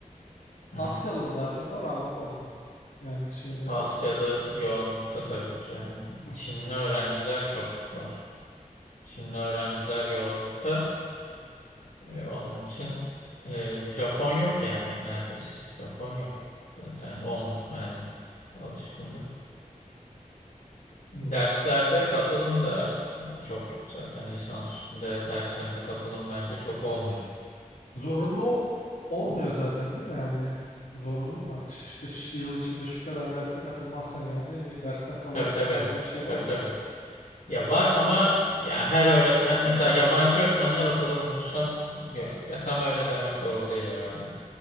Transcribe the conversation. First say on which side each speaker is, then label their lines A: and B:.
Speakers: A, on the left (about 70°); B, on the left (about 85°).
A: hı
B: Asyalı
A: hı. hı.
B: mı daha çok var Avrupalı mı? Yani şeyde
A: Asyalı
B: sen...
A: yoğunlukta tabii ki. Yani
B: Hı,
A: Çinli öğrenciler çok var. Çinli öğrenciler yoğunlukta. E, onun için e, Japon yok yani neredeyse. Japon yok. Zaten on yani alışkınlık.
B: hmm.
A: Derslerde katılım da çok yok zaten. Lisans üstünde derslerinde katılım bence çok olmuyor.
B: Zorunlu olmuyor
A: Hı hı.
B: zaten değil mi yani? Zorunlu mu yani Ş- işte ş- yıl içinde şu kadar derse katılmazsan yani e, dersten kalıyorsun
A: Tabii tabii.
B: tarzı bir şey var
A: Tabii
B: mı?
A: tabii. Ya var ama ya her öğretmen mesela yabancı öğretmenler o kadar umursam ya, ya tam öyle demek doğru değil herhalde.